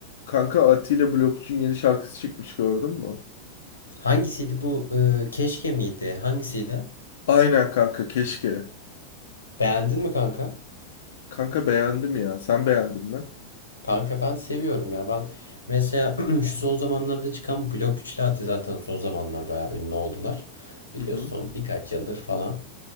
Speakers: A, on the left (about 60°); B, on the left (about 80°).
A: Kanka Atilla Blokçu'nun yeni şarkısı çıkmış gördün mü?
B: Hangisiydi bu? Ee, keşke miydi? Hangisiydi?
A: Aynen kanka keşke.
B: Beğendin mi kanka?
A: Kanka beğendim ya. Sen beğendin mi?
B: Kanka ben seviyorum ya. Ben mesela <clears throat> şu son zamanlarda çıkan Blok Üçlü Ati zaten son zamanlar bayağı ünlü oldular. Biliyorsun
A: Hı hı.
B: birkaç yıldır falan.